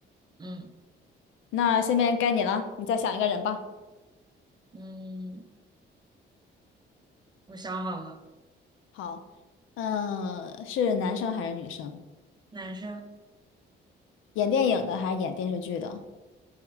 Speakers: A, on the right; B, on the left.
A: 嗯
B: 那下面该你了，你再想一个人吧。
A: 嗯嗯，我想好了，
B: 好，嗯，是男生还是女生？
A: 男生，
B: 演电影的还是演电视剧的？